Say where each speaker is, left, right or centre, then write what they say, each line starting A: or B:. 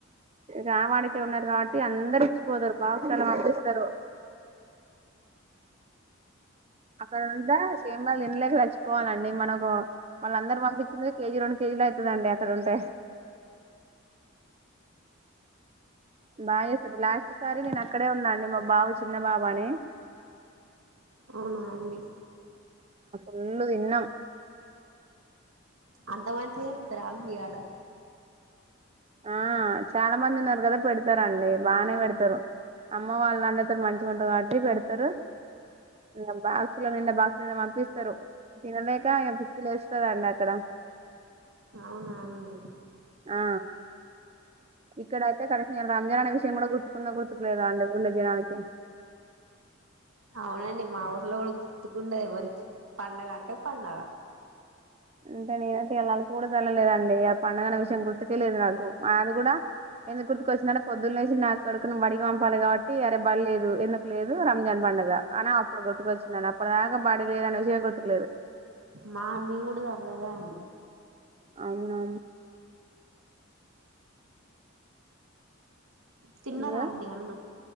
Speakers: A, on the right (about 30°); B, on the right (about 85°).
A: ఇక ఆవాడికే ఉన్నారు కాబట్టి అందరు ఇచ్చిపోతారు బాక్సులు పంపిస్తారు అక్కడ ఉంటే సేమ్యాలు తినలేక చచ్చిపోవాలండి మనకు వాళ్ళఅందరు పంపించింది కేజీ రెండు కేజీ లైతదండి అక్కడ ఉంటే బాగ్ చేస్తారు లాస్ట్ సారి నేను అక్కడే ఉన్నా అండి మా బాబు చిన్న బాబు అని
B: అవునా అండి
A: ఫుల్లు తిన్నం
B: అంత మంచిగ చెప్తారా మీయాడ
A: ఆ చాలా మంది ఉన్నారు కదా పెడతారండి బాగానే పెడతారు అమ్మ వాళ్ళు అందరితోన్ మంచిగుంటారు కాబట్టి పెడతారు ఇంగ బాక్సు లో నిండ బాక్సుల నిండ పంప్పిస్తరు తినలే క్క పిచ్చిలేస్తాదండి అక్కడ
B: అవునవునండి
A: ఆ ఇక్కడ అయితే కనీస రంజాన్ అనే విషయం కూడా గుర్తుకుందా గుర్తుకులేదా అండి ఊళ్ళ జనానికి
B: అవునండి మాఊ లో గుర్తుకుండ ఎవరికి పండుగ అంటే పండుగ
A: అంటే నేనైతే ఇయ్యల్లాలకు కూడా చల్లలేదండి ఆ పండుగా కొంచం గుర్తుకే లేదు నాకు అది కూడా ఎందు గుర్తుక వచ్చినా పొద్దున్నలేసి నా కడడుకు మరిగాం లే కాబట్టి అరే బల్లేదు ఎందుకు లేదు రంజాన్ పండగ అని అప్పుడు గుర్తుకొచ్చిందని అప్పుడ దాక బడిలేదనే విషయం గుర్తుకులేదు
B: మా మీ కూడార్లేదా అండి
A: అవున
B: తిన్నరాండి
A: ఇగ
B: అన్నం